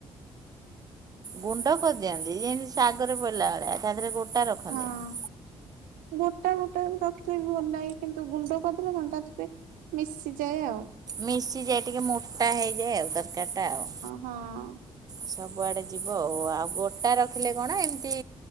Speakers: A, on the right (about 25°); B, on the right (about 70°).
A: ଗୁଣ୍ଡ କରିଦିଅନ୍ତି, ଯେମିତି ଶାଗରେ ପଡିଲା ଭଳିଆ ତା ଦେହରେ ଗୋଟା ରଖନ୍ତିନି।
B: ହଁ ଗୋଟା ଗୋଟା ରଖିଲେ ବି ଭଲ ଲାଗେ କିନ୍ତୁ ଗୁଣ୍ଡ କରିଦେଲେ <unintelligible> ଟେ ମିଶିଯାଏ ଆଉ
A: ମିଶିଯାଏ ଟିକେ ମୋଟା ହେଇଯାଏ ଆଉ ତରକାରି ଟା ଆଉ।
B: ହଁ ହଁ
A: ସବୁଆଡେ ଯିବ ଆଉ, ଆଉ ଗୋଟା ରଖିଲେ କଣ ଏମିତି